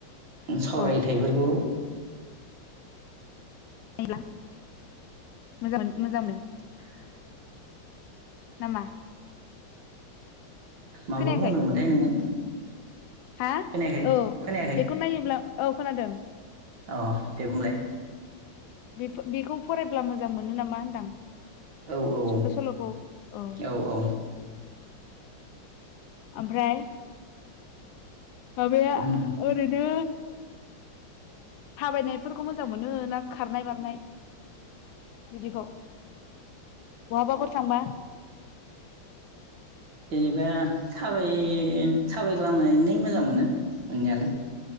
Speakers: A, on the right (about 70°); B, on the left (about 75°).
A: सावरायथायाइफोरखौ
B: औ होनब्ला मोजां मोजां नो
A: <unintelligible>
B: नामा
A: माबायाव
B: खोनायाखै
A: बुंदोंमोनथाय नोङो
B: हा
A: खोनायाखै
B: औ
A: खोनायाखै
B: बेखौ नायोब्ला औ खोनादों
A: अ दे बुंलाय
B: बे बेखौ फरायब्ला मोजां मोनो नामा होनदां
A: औ औ
B: सुंद' सल'खौ ओ
A: औ औ
B: ओमफ्राय माबाया
A: उम
B: ओरैनो थाबायनायफोरखौ मोजां मोनो ना खारनाय बारनाय बिदिखौ बहाबाफोर थांबा
A: जेनेबा थाबाय थाबायग्लांनानैनो मोजां मोनो <unintelligible>